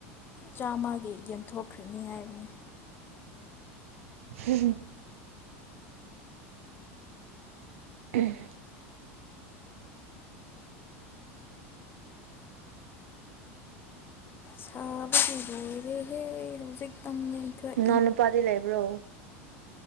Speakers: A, on the left; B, on the right.
A: ꯆꯥꯝꯃꯒꯤ ꯌꯦꯟꯊꯣꯛꯈ꯭ꯔꯅꯤ ꯍꯥꯏꯕꯅꯦ
B: ꯍꯝ ꯎꯝ
A: ꯁꯥꯕꯗꯤ ꯂꯣꯏꯔꯦꯍꯦ ꯍꯧꯖꯤꯛ ꯇꯝꯅꯊꯏ
B: ꯅꯅꯨꯄꯥꯇ ꯂꯩꯦꯕ꯭ꯔꯣ